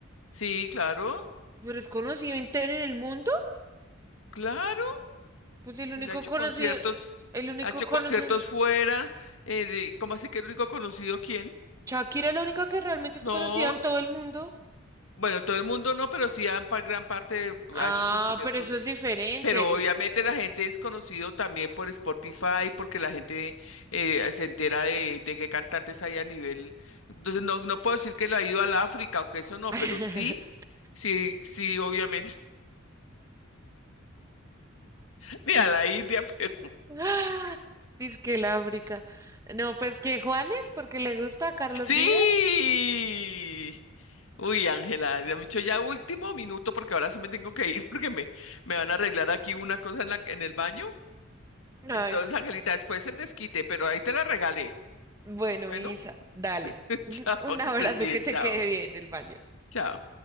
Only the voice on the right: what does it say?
pero es conocido entero en el mundo.
Pues el único
conocido,
el único
conocido,
Shakira es la única que realmente es
conocida en todo el mundo.
Ah,
pero eso es diferente.
<laughs>
Ah, Dice que el África. No, pues que Juanes, porque le gusta a Carlos
Vives.
Ay,
bueno,
Misa, dale.
<laughs>
Un
abrazo
que te
quede bien el baño.